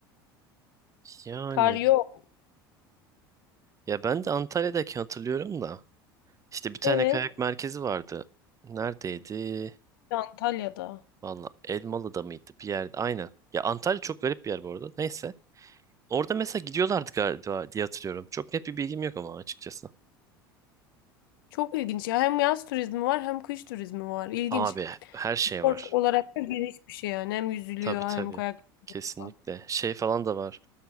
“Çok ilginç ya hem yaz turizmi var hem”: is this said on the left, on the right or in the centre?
Left